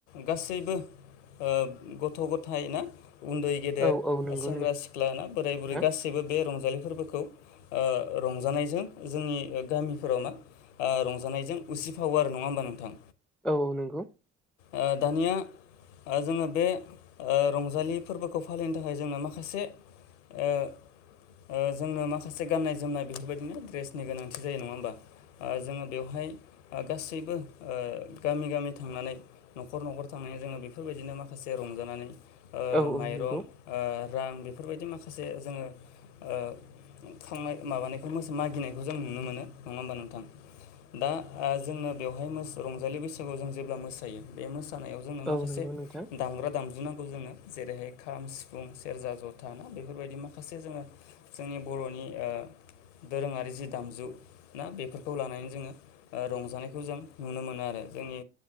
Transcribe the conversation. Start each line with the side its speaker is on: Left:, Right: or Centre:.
Left: गासैबो ओ गथ' गथाय ना। उन्दै गेदेर
Centre: औ औ नंगौ
Left: सेंग्रा सिख्ला ना बोराय
Centre: नोंथां
Left: बुरै गासैबो बे रंजालि फोरबोखौ ओ रंजानायजों जोंनि गामिफोराव मा ओ रंजानायजों उसिफावो आरो नङा होमबा नोंथां।
Centre: औ नंगौ।
Left: ओ दानिया ओ जोङो बे ओ रंजालि फोरबोखौ फालिनो थाखाय जोंनो माखासे ओ ओ। जोंनो माखासे गाननाय जोमनाय बेफोरबायदिनो ड्रेसनि गोनांथि जायो नङा होमबा ओ जोङो बेवहाय गासैबो ओ गामि गामि थांनानै न'खर न'खर थांनानै जोङो बेफोरबायदिनो माखासे रंजा जानानै ओ
Centre: औ औ
Left: माइरं
Centre: नंगौ
Left: ओ रां बेफोरबायदि माखासे जोङो ओ खांनाय माबानायखौ मोस मागिनायखौ जों नुनो मोनो नङा होमबा नोंथां दा आं जोङो बेवहाय मोसौ रंजालि बैसागु जों जेब्ला मोसायो बे मोसौ खानायाव जोंनो माखासे
Centre: औ नंगौ नोंथां
Left: दामग्रा दामजुनांग खौ जोङो जेरैहाय खाम सिफुं सेरजा जथा ना बेफोरबायदि माखासे जोङो जोंनि बर'नि ओ दोरोङारि जि दामजु ना बेफोरखौ लानानै जोङो ओ रंजानायखौ जों नुनो मोनो आरो जोंनि